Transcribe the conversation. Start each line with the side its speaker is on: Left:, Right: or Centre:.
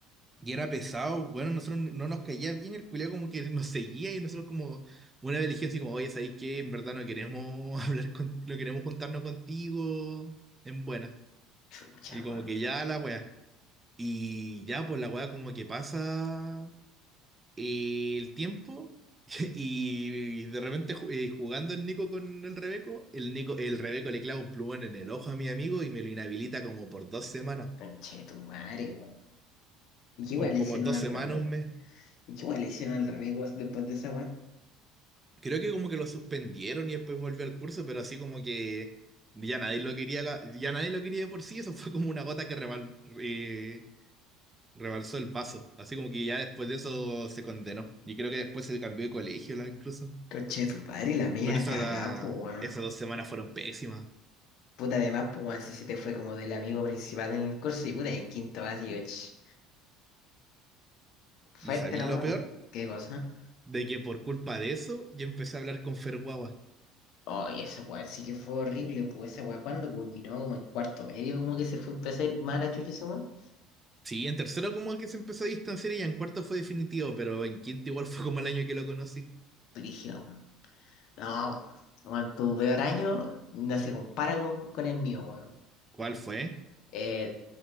Right: Y era pesado, bueno, nosotros no nos caía bien, el culiao como que nos seguía y nosotros como una vez le dijimos así como, oye, ¿sabéis qué? En verdad no queremos <laughs> hablar con, no queremos juntarnos contigo en buena.
Left: Chucha,
Right: Y
Left: weón.
Right: como que ya la weá. Y ya, pues la weá como que pasa eh, el tiempo <laughs> y, de repente ju- eh, jugando el Nico con el Rebeco, el Nico, el Rebeco le clava un plumón en el ojo a mi amigo y me lo inhabilita como por dos semanas,
Left: Conche tu madre, weón. ¿Y qué igual
Right: o
Left: le
Right: como
Left: hicieron
Right: dos
Left: al
Right: semanas,
Left: revés?
Right: un mes.
Left: ¿Y qué igual le hicieron al revés weón, después de esa weón?
Right: Creo que como que lo suspendieron y después volvió al curso, pero así como que ya nadie lo quería, ga- ya nadie lo quería de por sí, eso fue como una gota que rebal- eh, rebalsó el vaso. Así como que ya después de eso se condenó. Y creo que después se cambió de colegio la- incluso.
Left: Conche tu madre, la media
Right: Pero esa-
Left: cagá, po, weón.
Right: esas dos semanas fueron pésimas.
Left: Puta, además, po, weón, si se te fue como del amigo principal en el curso y puta, en quinto básico, ch. Fuerte
Right: ¿Y sabéis
Left: la
Right: lo
Left: weón.
Right: peor?
Left: ¿Qué cosa?
Right: De que por culpa de eso yo empecé a hablar con Ferguaba.
Left: Oh, y esa weón sí que fue horrible, pues esa weón cuando culminó como en cuarto medio, como que se fue empezó a ir mal a chucha esa weón.
Right: Sí, en tercero como que se empezó a distanciar y ya en cuarto fue definitivo, pero en quinto igual <laughs> fue como el año que lo conocí.
Left: Brígida, weón. No, weón, tu peor año no se compara con, con el mío, weón.
Right: ¿Cuál fue?
Left: Eh,